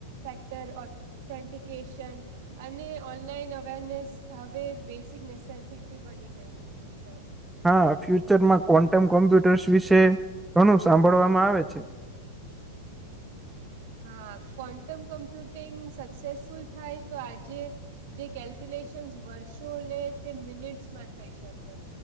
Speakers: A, on the right (about 60°); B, in the centre.
A: factor authentication અને ઓનલાઈન અવેરનેસ હવે બેસિક નેસેસિટી બની ગઈ છે.
B: હા ફ્યુચરમાં ક્વન્ટમ કોમ્પ્યુટર્સ વિશે ઘણું સાંભળવામાં આવે છે.
A: હા કોન્ટમ કમ્પ્યુટિંગ સક્સેસફુલ થાય તો આજે જે કેલ્ક્યુલેશન્સ વર્ષો લે તે મિનિટ્સમાં થઈ શકે.